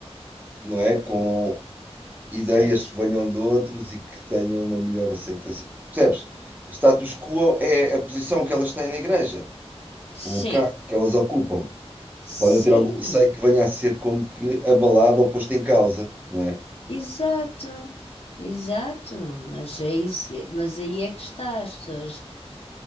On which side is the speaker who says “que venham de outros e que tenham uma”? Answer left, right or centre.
Right